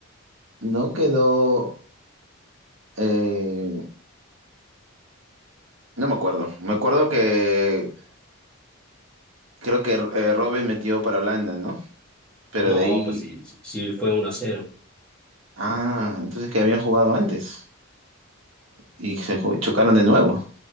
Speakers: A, on the right; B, in the centre.
A: no quedó eh, No me acuerdo. Me acuerdo que creo que eh, Robin metió para Holanda, ¿no? Pero
B: No,
A: de ahí.
B: pues sí, sí sí fue 1 cero
A: Ah, entonces que habían jugado antes. Y se ju- chocaron de nuevo,